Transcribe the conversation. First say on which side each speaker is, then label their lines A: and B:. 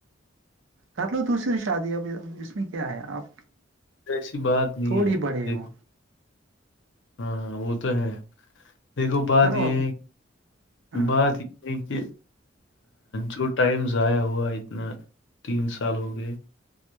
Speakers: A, on the right; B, on the left.
A: کر لو دوسری شادی اب اس میں کیا ہے اپ
B: ایسی بات نہیں
A: تھوڑی
B: ہے
A: بڑے
B: دیکھو
A: ہو
B: ہاں وہ تو ہے دیکھو بات
A: کرو
B: یہ
A: آپ
B: ہے
A: ہاں
B: بات کیکہ جو ٹائم ضائع ہوا اتنا تین سال ہو گئے